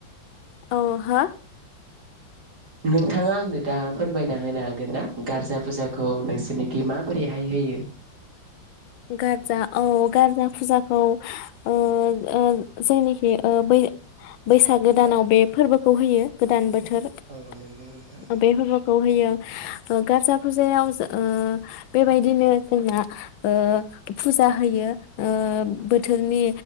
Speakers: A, on the left; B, on the right.
A: औ हो
B: नोंथाङा आंनो दा फोरमायना होनो हागोन ना गारजा फुजाखौ नोंसोरनिखि माबोरै बैहाय होयो
A: गारजा औ गारजा फुजाखौ ओ ओ जेनिखि ओ बैै बैसागो गोदानाव बे फोरबोखौ होयो गोदान बोथोर बोथोर
B: औ नंगौ नोंथां
A: बे फोरबोखौ होयो ओ गारजा फुजायाव ओ बेबायदिनो जोंना ओ फुजा होयो ओ बोथोरनि